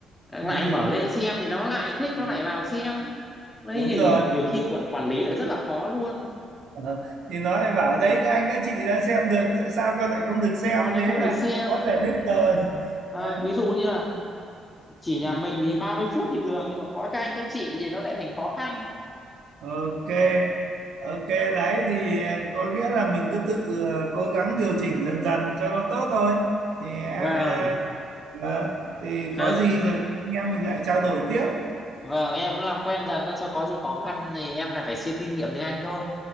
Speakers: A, on the left; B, on the right.
A: lại
B: ừ.
A: mở lên xem thì nó lại thích
B: <laughs>
A: nó lại vào xem đấy
B: đúng
A: nhiều,
B: rồi
A: nhiều, nhiều khi quản quản lý lại rất là khó luôn
B: Ờ, thì nó lại bảo đấy các anh các chị đang xem được tại sao con lại không được xem
A: con này
B: thế
A: không
B: là
A: được xem
B: có giải thích rồi
A: à,
B: đấy
A: ví dụ như là chỉ nhà mình thì 30 phút thì được nhưng mà có các anh các chị thì nó lại thành khó khăn
B: ok ok đấy thì ờ, có nghĩa là mình cứ tự ờ, cố gắng điều chỉnh dần dần cho nó tốt thôi thì em
A: vâng
B: ờ, ờ, thì
A: à,
B: có gì rồi anh em mình lại trao đổi tiếp
A: vâng em cũng làm quen dần thôi sau có gì khó khăn thì em lại phải xin kinh nghiệm từ anh thôi